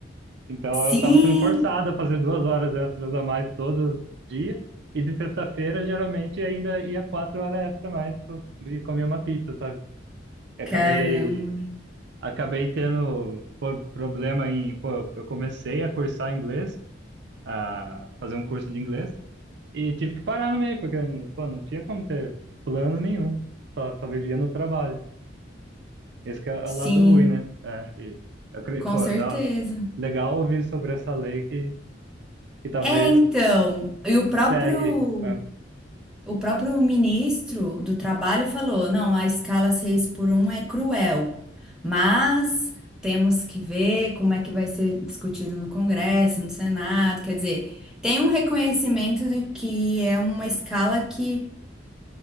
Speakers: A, on the right; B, in the centre.
A: Então
B: Sim,
A: eu estava sendo forçado a fazer duas horas extras a mais todo dia. E de sexta-feira, geralmente, ainda ia quatro horas extra a mais co- e comia uma pizza, sabe? Eu
B: caramba.
A: acabei, acabei tendo po- problema em. Pô, eu- eu comecei a cursar inglês, a fazer um curso de inglês, e tive que parar no meio, porque pô, não tinha como ter plano nenhum. Só, só vivia no trabalho. Esse que é, é
B: Sim,
A: o lado ruim, né? É, e, eu, acre-
B: com
A: pô,
B: certeza.
A: dá, legal ouvir sobre essa lei que, que talvez
B: É, então, e o próprio
A: Pegue. Ah,
B: o próprio ministro do Trabalho falou, não, a escala 6 por um é cruel, mas temos que ver como é que vai ser discutido no Congresso, no Senado, quer dizer, tem um reconhecimento de que é uma escala que